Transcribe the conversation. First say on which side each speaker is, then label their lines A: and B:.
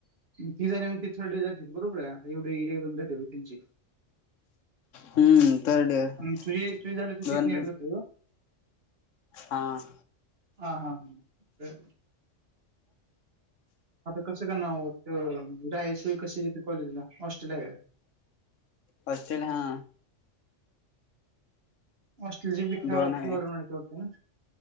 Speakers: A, on the right; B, on the left.
A: ती जा म ती थर्ड डे जाते बरोबर एवढी एकदम जाते त्यांची
B: हम्म थर्ड इयर
A: आणि तुझी तुझी झाली तू सेकंड इयर जातो
B: हां.
A: हा हा ह. कसं का ना राय सुोई कशी येते कॉलेज ला हॉस्टेलला आहे.
B: हऑस्ट्रेलिया हा.
A: हॉटल जे बी खेवा
B: दोन आहे
A: ठेवाडते ना.